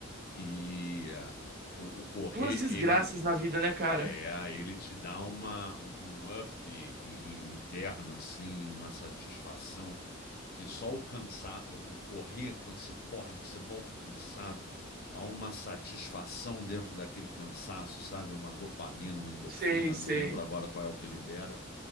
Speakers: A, on the left; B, on the right.
A: E ah, o, o correr,
B: Duas desgraças
A: ele
B: na vida, né, cara?
A: é, ele te dá uma, um, um up in- in- interno, assim, uma satisfação que só o cansar, o correr, quando você corre, que você volta cansado, há uma satisfação dentro daquele cansaço, sabe? Uma dopamina, uma endorfina,
B: Sei, sei.
A: não lembro agora qual é o que libera,